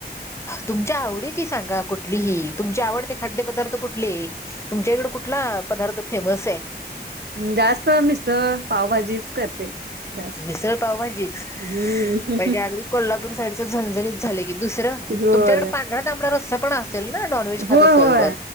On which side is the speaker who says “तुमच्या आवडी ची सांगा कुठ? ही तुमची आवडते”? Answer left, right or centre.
Left